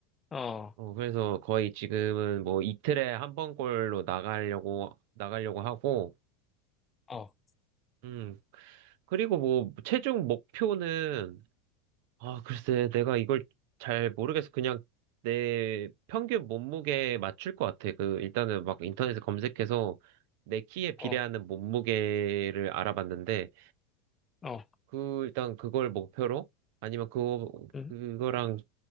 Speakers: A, on the left; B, on the right.
A: 어,
B: 어, 그래서 거의 지금은 뭐 이틀에 한 번꼴로 나가려고 나가려고 하고
A: 어,
B: 음. 그리고 뭐 체중 목표는 아, 글쎄, 내가 이걸 잘 모르겠어. 그냥 내 평균 몸무게에 맞출 것 같아. 그, 일단은 막 인터넷에 검색해서 내 키에 비례하는
A: 어,
B: 몸무게를 알아봤는데,
A: 어.
B: 그, 일단 그걸 목표로, 아니면 그거,
A: 응?
B: 그거랑